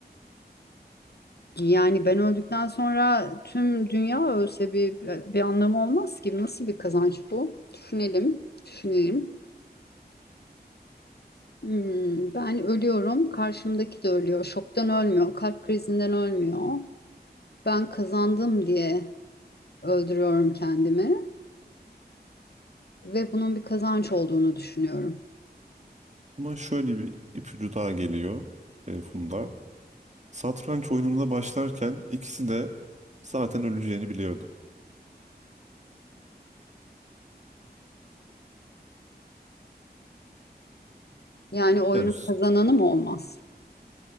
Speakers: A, on the left; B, on the right.
A: Yani ben öldükten sonra tüm dünya ölse bir bir anlamı olmaz ki. Nasıl bir kazanç bu? Düşünelim, düşünelim. Hmm, ben ölüyorum, karşımdaki de ölüyor. Şoktan ölmüyor, kalp krizinden ölmüyor. Ben kazandım diye öldürüyorum kendimi ve bunun bir kazanç olduğunu düşünüyorum.
B: Ama şöyle bir ipucu daha geliyor e, Funda. Satranç oyununa başlarken ikisi de zaten öleceğini biliyordu.
A: Yani oyunun
B: Yani
A: kazananı mı olmaz?